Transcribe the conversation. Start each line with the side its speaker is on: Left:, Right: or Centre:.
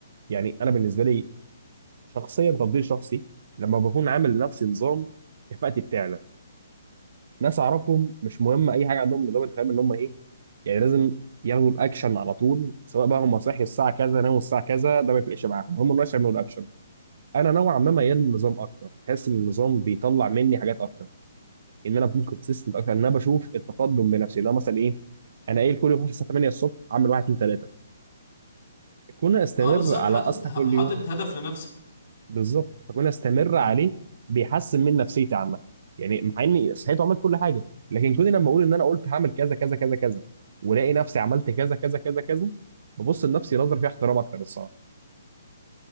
Right: يعني انا بالنسبه لي شخصيا تفضيل شخصي لما بكون عامل لنفسي نظام كفاءتي بتعلى ناس اعرفهم مش مهم اي حاجه عندهم نظام انت فاهم ان هم ايه يعني لازم ياخدوا الاكشن على طول سواء بقى هم صحي الساعه كذا ناموا الساعه كذا ده ما يفرقش معاهم هم الناس يعملوا الاكشن انا نوعا ما ميال للنظام اكتر بحس ان النظام بيطلع مني حاجات اكتر ان انا ممكن كونسيستنت اكتر ان انا بشوف التقدم بنفسي اللي هو مثلا ايه انا قايل كل يوم هصحى 8 الصبح اعمل 1 2 3 كون استمر
Left: اه بالظبط
Right: على
Left: حاطط
Right: اصحى
Left: حاطط
Right: كل يوم
Left: هدف لنفسك
Right: بالظبط فكون استمر عليه
Left: مم.
Right: بيحسن من نفسيتي عامه يعني مع اني صحيت وعملت كل حاجه لكن كوني لما اقول ان انا قلت هعمل كذا كذا كذا كذا ولاقي نفسي عملت كذا كذا كذا كذا ببص لنفسي نظره فيها احترام اكتر الصراحه